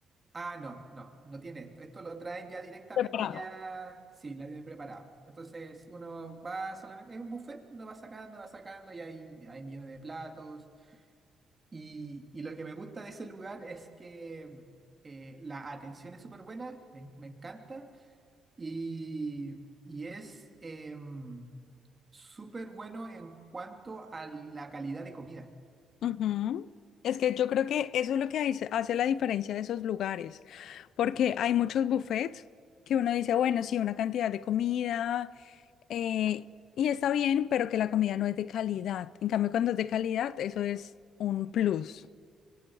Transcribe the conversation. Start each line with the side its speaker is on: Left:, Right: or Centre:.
Right: Ah, no, no, no tiene esto. Esto lo traen ya directamente,
Left: Separado.
Right: ya, sí, la tienen preparado. Entonces uno va solamente, es un buffet, uno va sacando, va sacando y hay, hay millones de platos. Y, y lo que me gusta de ese lugar es que eh, la atención es súper buena, me, me encanta, y, y es em, súper bueno en cuanto a la calidad de comida.
Left: Ujú. Es que yo creo que eso es lo que hace, hace la diferencia de esos lugares, porque hay muchos buffets que uno dice, bueno, sí, una cantidad de comida eh, y está bien, pero que la comida no es de calidad. En cambio, cuando es de calidad, eso es un plus.